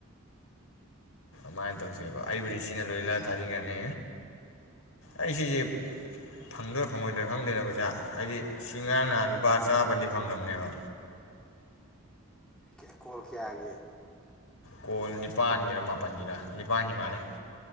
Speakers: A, on the left (about 85°); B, in the centre.
A: ꯁꯃꯥꯏꯅ ꯇꯧꯁꯦꯕ ꯑꯩꯕꯨꯗꯤ ꯁꯤꯅ ꯂꯣꯏꯂ ꯊꯥꯖꯤꯟꯈ꯭ꯔꯅꯤ ꯑꯩ ꯁꯤꯁꯦ ꯐꯪꯗꯣꯏꯔꯥ ꯐꯪꯉꯣꯏꯗꯣꯏꯔꯥ ꯈꯪꯗꯣꯏꯔꯥ ꯄꯩꯁꯥ ꯍꯥꯏꯗꯤ ꯁꯤ ꯉꯔꯥꯡ ꯅꯍꯥꯟ ꯂꯨꯄꯥ ꯆꯥꯃꯟꯗꯤ ꯐꯪꯉꯕꯅꯦꯕ
B: ꯀ ꯀꯜ ꯀꯦꯌꯥꯦ
A: ꯀꯣꯜ ꯅꯤꯄꯥꯜꯒꯤꯔ ꯃꯥꯄꯜꯒꯤꯔ ꯅꯤꯄꯥꯜꯒꯤ ꯃꯥꯜꯂꯦ